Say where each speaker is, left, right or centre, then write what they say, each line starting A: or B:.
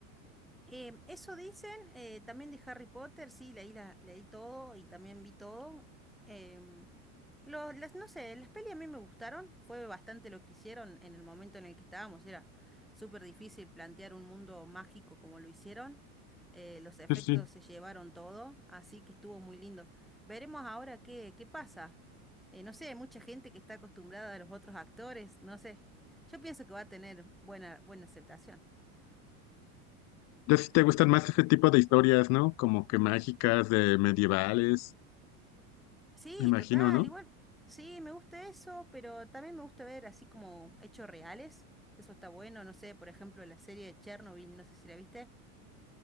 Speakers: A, in the centre; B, on the left.
A: Em, eso dicen, eh, también de Harry Potter, sí, leí, la, leí todo y también vi todo. Em, lo- las, no sé, las pelis a mí me gustaron, fue bastante lo que hicieron en el momento en el que estábamos, era súper difícil plantear un mundo mágico como lo hicieron, eh, los efectos
B: Sí, sí.
A: se llevaron todo, así que estuvo muy lindo. Veremos ahora qué, qué pasa. Eh, no sé, hay mucha gente que está acostumbrada a los otros actores, no sé, yo pienso que va a tener buena, buena aceptación.
B: Ya si te gustan más ese tipo de historias, ¿no? Como que mágicas, de medievales,
A: Sí,
B: me imagino,
A: total,
B: ¿no?
A: igual. Sí, me gusta eso, pero también me gusta ver así como hechos reales. Eso está bueno, no sé, por ejemplo, la serie de Chernobyl, no sé si la viste.